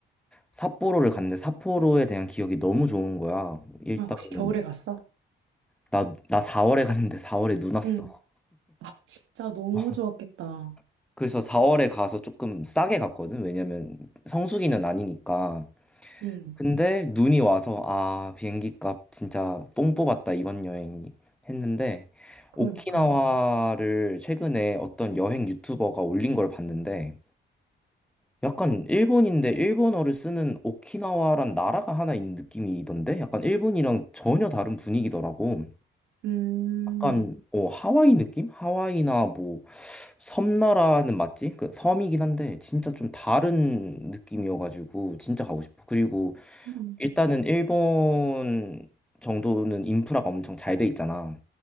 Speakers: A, in the centre; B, on the right (about 85°).
A: 삿포로를 갔는데 삿포로에 대한 기억이 너무 좋은 거야. 일단은
B: 아, 혹시 겨울에 갔어?
A: 나, 나 4월에 갔는데 4월에 눈 왔어.
B: 응. 아, 진짜 너무
A: <laughs>
B: 좋았겠다.
A: 그래서 4월에 가서 조금 싸게 갔거든. 왜냐면 성수기는 아니니까.
B: 응.
A: 근데 눈이 와서 아, 비행기 값 진짜 뽕 뽑았다 이번 여행이 했는데
B: 그러니까.
A: 오키나와를 최근에 어떤 여행 유튜버가 올린 걸 봤는데 약간 일본인데 일본어를 쓰는 오키나와란 나라가 하나 있는 느낌이던데 약간 일본이랑 전혀 다른 분위기더라고.
B: 음,
A: 약간 어, 하와이 느낌? 하와이나 뭐 섬나라는 맞지? 그 섬이긴 한데 진짜 좀 다른 느낌이어가지고 진짜 가고 싶어. 그리고
B: 음.
A: 일단은 일본 정도는 인프라가 엄청 잘 돼 있잖아.